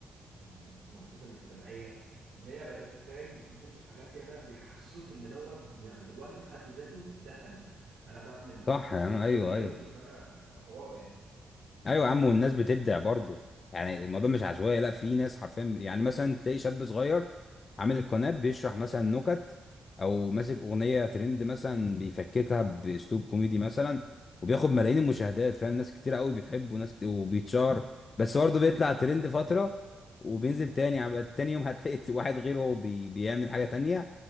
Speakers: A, on the right; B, on the left.
A: المنصات الاجتماعية اللي هي بقت فاهم بتنشر حاجات ياما بيحسسوك إن دوت يعني دلوقتي بحد ذاته ده فن انا بعمل
B: صح
A: ستوريز
B: يا عم ايوه
A: كل يوم
B: ايوه
A: يبقى انا حوار يعني
B: ايوه يا عم والناس بتبدع برضه يعني الموضوع مش عشوائي لا في ناس حرفيا يعني مثلا تلاقي شاب صغير عامل القناه بيشرح مثلا نكت او ماسك اغنيه ترند مثلا بيفككها باسلوب كوميدي مثلا وبياخد ملايين المشاهدات فاهم ناس كتير قوي بتحبه ناس كتير وبيتشهر بس برضه
A: امم
B: بيطلع ترند فتره وبينزل
A: امم
B: تاني عب- تاني يوم <laughs> هتلاقي واحد غيره هو بي... بيعمل حاجه تانية